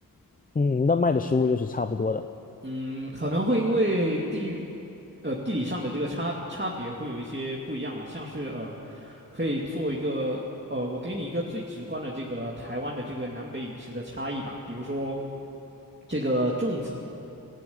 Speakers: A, on the left; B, on the right.
A: 嗯，那卖的食物又是差不多的。
B: 嗯，可能会因为地域呃地理上的这个差差别会有一些不一样吧，像是呃。可以做一个，呃，我给你一个最直观的这个台湾的这个南北饮食的差异吧。比如说这个粽子，